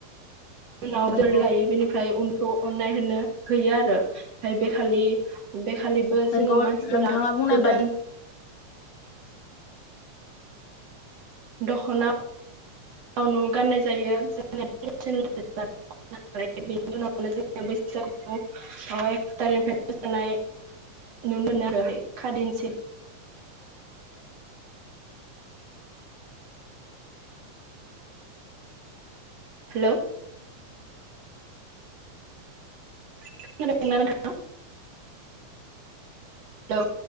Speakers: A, on the right (about 55°); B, on the left (about 70°).
A: उनाव
B: नंगौ
A: दोर लायो बेनिफ्राय उन खौ अननाय होनो होयो आरो ओमफाय बेखालि खालिबो
B: नंगौ
A: जोङो मानसिफोरा
B: नोंथाङा बुंनाय
A: गोदान
B: बादि
A: दखना <inaudible> औ गाननाय जायो जों बेनि उनाव जों बैसागु <inaudible> एक टारिकनिफ्राय मोसानाय नुनो मोनो आरो खाददिनसिम हेलौ खोनादों ना नोंथां औ